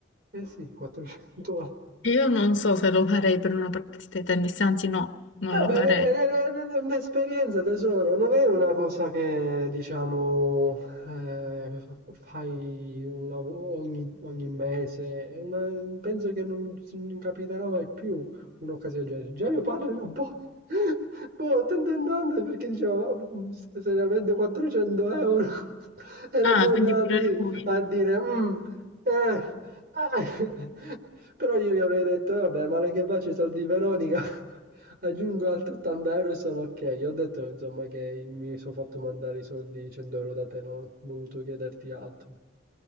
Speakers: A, on the right; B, on the left.
A: eh sì, 400 A.
B: Io non so se lo farei per una partita di tennis, anzi no, non
A: Vabbè,
B: lo farei.
A: è è- è- è- è un'esperienza tesoro, non è una cosa che diciamo eh, fai una- ogni, ogni mese, è una- penso che non, non capiterà mai più. Un'occasione del genere. Già mio padre era un po'... <laughs> boh, attento andante perché diceva, "Ma, se seriamente 400 euro? <laughs> Era
B: Ah,
A: un po'
B: quindi
A: da
B: pure
A: lì
B: lui.
A: a dire, "Mm, eh, eh". <laughs> Però io gli avrei detto, vabbè, male che faccio i soldi di Veronica, <laughs> aggiungo altri 80 euro e sono ok. Gli ho detto, insomma, che mi sono fatto mandare i soldi 100 euro da te, non ho voluto chiederti altro.